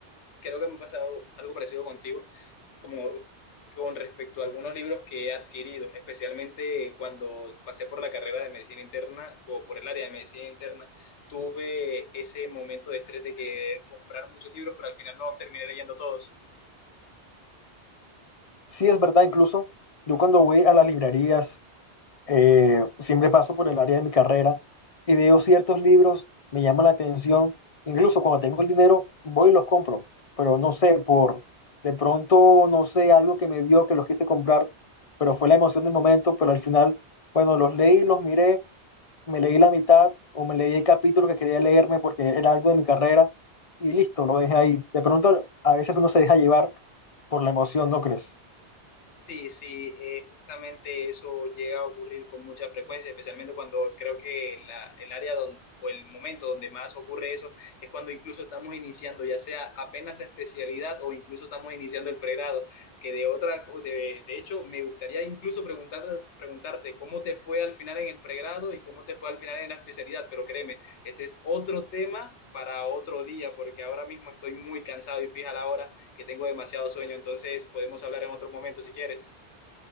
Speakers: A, on the left (about 80°); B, on the left (about 45°).
A: creo que me ha pasado algo parecido contigo, como con respecto a algunos libros que he adquirido, especialmente cuando pasé por la carrera de medicina interna o por el área de medicina interna, tuve ese momento de estrés de que comprar muchos libros, pero al final no los terminé leyendo todos.
B: Sí, es verdad, incluso yo cuando voy a las librerías, eh, siempre paso por el área de mi carrera y veo ciertos libros, me llaman la atención, incluso cuando tengo el dinero voy y los compro, pero no sé, por de pronto, no sé, algo que me dio que los quise comprar, pero fue la emoción del momento, pero al final, bueno, los leí, los miré, me leí la mitad o me leí el capítulo que quería leerme porque era algo de mi carrera y listo, lo dejé ahí. De pronto, a veces uno se deja llevar por la emoción, ¿no crees?
A: Sí, sí, eh, justamente eso llega a ocurrir con mucha frecuencia, especialmente cuando creo que la- el área don- o el momento donde más ocurre eso es cuando incluso estamos iniciando, ya sea apenas la especialidad o incluso estamos iniciando el pregrado, que de otra, co- de, de hecho, me gustaría incluso preguntar, preguntarte cómo te fue al final en el pregrado y cómo te fue al final en la especialidad, pero créeme, ese es otro tema para otro día, porque ahora mismo estoy muy cansado y fija la hora que tengo demasiado sueño, entonces podemos hablar en otro momento si quieres.